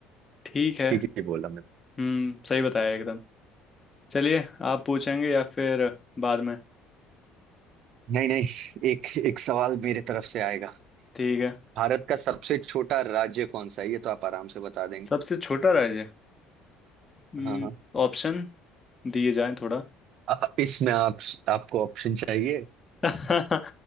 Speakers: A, on the left (about 25°); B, on the right (about 65°).
A: ठीक है
B: ठीक ही बोला मैं
A: हम्म सही बताया एकदम चलिए आप पूछेंगे या फिर बाद में
B: नहीं नहीं एक एक सवाल मेरे तरफ से आएगा
A: ठीक है
B: भारत का सबसे छोटा राज्य कौन सा है ये तो आप आराम से बता देंगे
A: सबसे छोटा राज्य हम्म
B: हाँ हाँ
A: ऑप्शन दिए जाएं थोड़ा
B: अ- अ- इसमें आप आपको ऑप्शन चाहिए
A: <laughs>